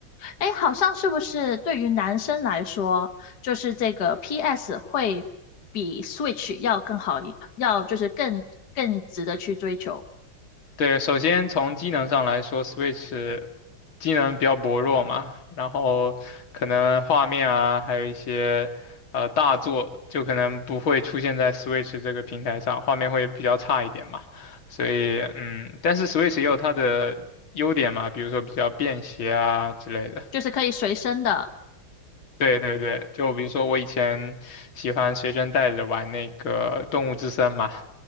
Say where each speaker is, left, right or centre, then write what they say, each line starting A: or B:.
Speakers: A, on the left (about 55°); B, on the left (about 80°).
A: 哎，好像是不是对于男生来说，就是这个 PS 会比 Switch 要更好一，要就是更更值得去追求，
B: 对，首先从机能上来说，Switch 机能比较薄弱嘛，然后可能画面啊，还有一些呃大作，就可能不会出现在 Switch 这个平台上，画面会比较差一点嘛。所以嗯，但是 Switch 也有它的优点嘛，比如说比较便携啊之类的。
A: 就是可以随身的。
B: 对对对，就比如说我以前喜欢随身带着玩那个《动物之森》嘛，